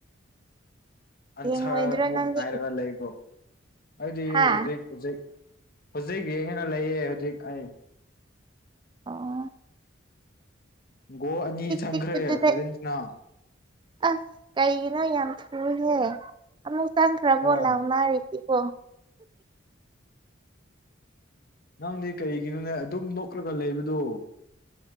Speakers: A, on the left (about 50°); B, on the right (about 25°).
A: ꯑꯟꯁꯔ
B: ꯌꯦꯡꯉꯣꯏꯗ꯭ꯔꯣ
A: ꯃꯨꯛ
B: ꯅꯪꯗꯤ
A: ꯉꯥꯏꯔꯒ ꯂꯩꯕꯣ ꯑꯩꯗꯤ
B: ꯍꯥ
A: ꯍꯧꯖꯤꯛ ꯍꯧꯖꯤꯛ ꯍꯧꯖꯤꯛ ꯌꯦꯡꯉꯒ ꯂꯩꯌꯦ ꯍꯧꯖꯤꯛ ꯑꯩ
B: ꯑꯥ
A: ꯒꯣꯜ ꯑꯅꯤ ꯆꯟꯈ꯭ꯔꯦ
B: ꯆꯤꯛꯄꯗꯨꯗ
A: ꯑꯥꯔꯖꯦꯟꯇꯤꯅꯥ
B: ꯑꯁ ꯀꯩꯒꯤꯅꯣ ꯌꯥꯝ ꯊꯨꯏꯍꯦ ꯑꯃꯨꯛ ꯆꯪꯈ꯭ꯔꯕꯣ
A: ꯍꯣꯏ
B: ꯂꯥꯎꯅꯥꯔꯤ ꯑꯣ
A: ꯅꯪꯗꯤ ꯀꯔꯤꯒꯤꯅꯣꯅꯦ ꯑꯗꯨꯝ ꯅꯣꯛꯔꯒ ꯂꯩꯕꯗꯣ